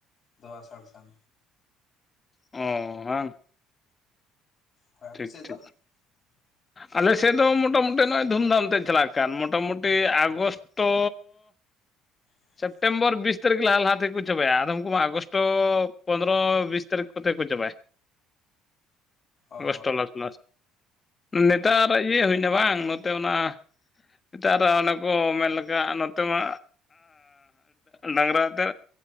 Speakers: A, on the left; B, on the left.
A: ᱫᱚ ᱟᱥᱟᱲ ᱥᱟᱱ
B: ᱚᱻ ᱦᱟᱝ
A: ᱦᱳᱭ ᱟᱯᱮ
B: ᱴᱷᱤᱠ
A: ᱥᱮᱫ
B: ᱴᱷᱤᱠ
A: ᱫᱚ <inaudible>
B: ᱟᱞᱮ ᱥᱮᱫ ᱫᱚ ᱢᱚᱴᱟᱢᱩᱴᱤ ᱱᱚᱜᱼᱚᱭ ᱫᱷᱩᱢᱫᱷᱟᱢ ᱛᱮ ᱪᱟᱞᱟᱜ ᱠᱟᱱ ᱢᱚᱴᱟᱢᱩᱴᱤ ᱟᱜᱚᱥᱛ ᱛᱚᱻ
A: <unintelligible>
B: ᱥᱮᱯᱴᱮᱢᱵᱚᱨ ᱵᱤᱥ ᱛᱟᱹᱨᱤᱠᱷ ᱞᱟᱦᱟ ᱞᱟᱦᱟ ᱛᱮᱠᱚ ᱪᱟᱵᱟᱭᱟ ᱟᱫ ᱩᱱᱠᱩᱢᱟ ᱟᱜᱚᱥᱴᱚ ᱯᱚᱱᱨᱚ ᱵᱤᱥ ᱛᱟᱹᱨᱤᱠᱷ ᱠᱚᱛᱮ ᱠᱚ ᱪᱟᱵᱟᱭᱟ᱾
A: ᱚ
B: ᱟᱜᱚᱥᱴᱚ ᱞᱟᱥ ᱞᱟᱥ ᱱᱮᱛᱟᱨᱟᱜ ᱤᱭᱟᱹ ᱦᱩᱭᱱᱟ ᱵᱟᱝ ᱱᱚᱛᱮ ᱚᱱᱟ ᱱᱮᱛᱟᱨ ᱚᱱᱮ ᱠᱚ ᱢᱮᱱ ᱞᱮᱠᱟ ᱱᱚᱛᱮ ᱢᱟ ᱰᱟᱝᱨᱟᱛᱮ